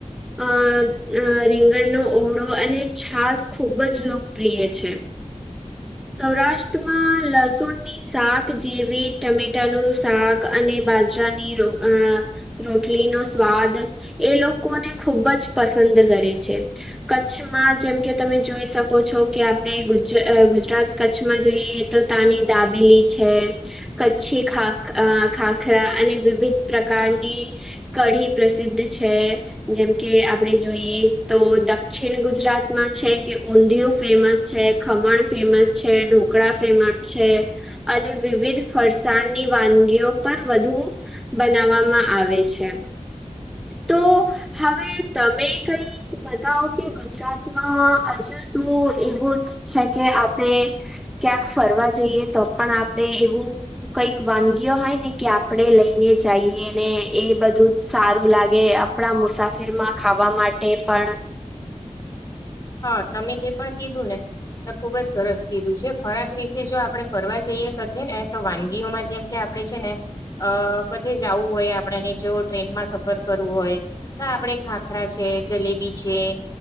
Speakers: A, in the centre; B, on the left.
A: અ અ અ રીંગણનો ઓળો અને છાસ ખૂબ જ લોકપ્રિય છે.
B: <inaudible>
A: સૌરાષ્ટ્રમાં લસુણની સાક જેવી ટમેટાનુ શાક અને બાજ રાની રો અ રોટલી નો સ્વાદ એ લોકોને ખુબ જ પસંદ કરે છે કચ્છમાં જેમ કે તમે જોઈ શકો છો કે આપડે ગુજ ગુજરાત કચ્છમાં જઈએ તો તાની દાબેલી છે કચ્છી ખાક ખાખરા અને વિવિધ પ્રકારની કઢી પ્રસિદ્ધ છે જેમ કે આપણે જોઈએ તો દક્ષિણ ગુજરાતમાં છે કે ઊંધિય ફેમસ છે ખમણ ફેમસ છે ઢોકળા ફેમસ છે અને વિવિધ ફરસાણની વાન ગીઓ પણ વધુ બનાવામા આવે છે તો હવે તમે કઈ બતાવો કે ગુજરાતમા હજુ શુ એવુ છે કે આપડે ક્યાંક ફરવા જઈએ તો પણ આપડે એવું કઈક વાનગી ઓ હોય ને કે આપડે લઈને જઈએ ને એ બધું જ સારું લાગે આપડા મુસાફીર રમા ખાવા માટે પણ
B: હા તમે જે પણ કીધુ ને તો ખુબ જ સરસ કીધું છે ખોરાક વિશે જો આપડે ફરવા જઈએ કથી ને તો વાનગીઓમાં જેમ કે આ આપડે છે ને અ કથે જાવુ હોય આપડાને જો ટ્રેનમાં સફર કરવું હોય તો આપડે ખાખરા છે જલેબી છે